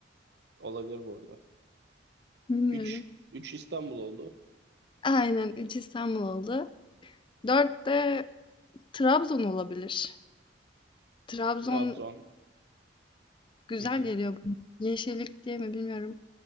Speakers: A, on the right; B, on the left.
A: Olabilir bu arada.
B: Bilmiyorum.
A: Üç. Üç İstanbul oldu.
B: Aynen 3 İstanbul oldu. Dört de Trabzon olabilir. Trabzon
A: Trabzon.
B: güzel
A: Hı hı,
B: geliyor. bana. Yeşillik diye mi bilmiyorum.